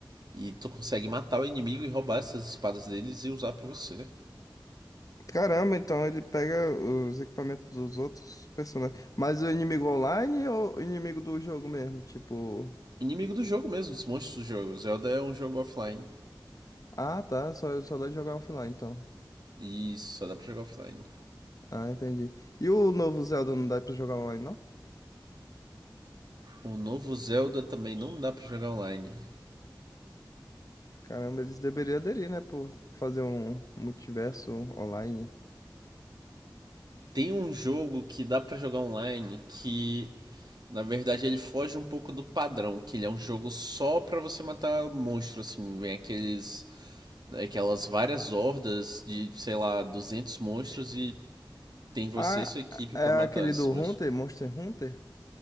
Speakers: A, on the right; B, on the left.
A: E tu consegue matar o inimigo e roubar essas espadas deles e usar pra você.
B: Caramba, então ele pega os equipamentos dos outros personagens. Mas o inimigo online ou o inimigo do jogo mesmo? Tipo.
A: Inimigo do jogo mesmo, os monstros do jogo. Zelda é um jogo offline.
B: Ah, tá. Só, só dá de jogar offline, então.
A: E só dá pra jogar offline.
B: Ah, entendi. E o novo Zelda não dá pra jogar online, não?
A: O novo Zelda também não dá pra jogar online.
B: Caramba, eles deveriam aderir, né? Por fazer um multiverso online.
A: Tem um jogo que dá pra jogar online que, na verdade, ele foge um pouco do padrão, que ele é um jogo só pra você matar monstro, assim, vem aqueles aquelas várias hordas de, sei lá, 200 monstros e tem você
B: Ah,
A: e sua equipe
B: é
A: pra matar
B: aquele
A: esses
B: do
A: monstros.
B: Hunter, Monster Hunter?